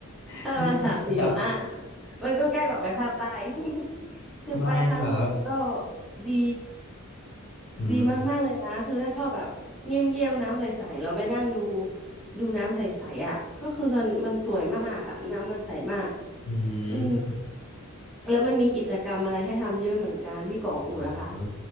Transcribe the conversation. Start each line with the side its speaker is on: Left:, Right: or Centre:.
Left: <laughs>
Centre: เออมาสามสี่จังหวัดอ่ะ
Left: ไม่ใกล้ครับ
Centre: มันก็ใกล้แบบไปภาคใต้ <laughs> คือไปครั้งหนึ่งแล้วก็
Left: ไม่ครับ
Centre: ดี
Left: อืม
Centre: ดีมากๆเลยนะคือถ้าชอบแบบเงียบๆน้ำใสๆเราไปนั่งดูดูน้ำใสๆอ่ะก็คือมันมันสวยมากอ่ะน้ำมันใสมาก
Left: อื
Centre: อืม
Left: ม
Centre: แล้วมันมีกิจกรรมอะไรให้ทำเยอะเหมือนกันที่เกาะกูดอะค่ะ
Left: อ๋อ